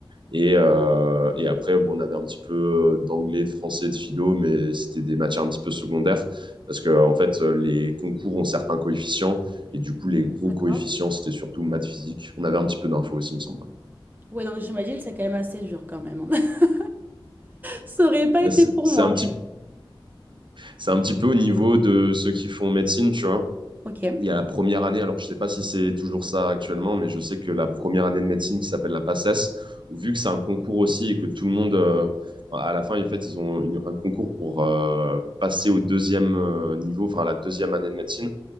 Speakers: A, on the right; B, on the right.
A: Et, euh, et après, bon, on avait un petit peu euh, d'anglais, de français, de philo, mais c'était des matières un petit peu secondaires parce que en fait, euh, les concours ont certains coefficients et du coup, les gros
B: d'accord.
A: coefficients, c'était surtout maths, physique. On avait un petit peu d'infos aussi, il me semble. Ouais.
B: Ouais, donc j'imagine que c'est quand même assez dur quand même. hein. <laughs> Ça aurait pas
A: Bah,
B: été
A: c'est
B: pour
A: c'est
B: moi.
A: un petit, c'est un petit peu au niveau de ceux qui font médecine, tu vois.
B: Ok.
A: il y a la première année, alors je sais pas si c'est toujours ça actuellement, mais je sais que la première année de médecine qui s'appelle la PACES, où vu que c'est un concours aussi et que tout le monde, euh, à la fin, en fait, ils ont une- un concours pour euh, passer au deuxième euh, niveau, enfin à la deuxième année de médecine,